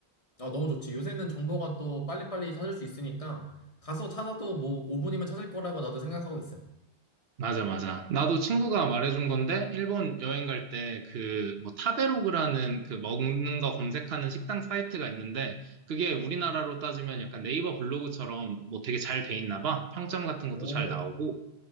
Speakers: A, on the left; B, on the right.
A: 어, 너무 좋지. 요새는 정보가 또 빨리빨리 찾을 수 있으니까 가서 찾아도 뭐 5분이면 찾을 거라고 나도 생각하고 있어.
B: 맞아, 맞아. 나도 친구가 말해준 건데, 일본 여행 갈 때 그, 뭐, 타베로그라는 그 먹는 거 검색하는 식당 사이트가 있는데, 그게 우리나라로 따지면 약간 네이버 블로그처럼 뭐 되게 잘 돼 있나 봐. 평점 같은 것도
A: 오,
B: 잘 나오고.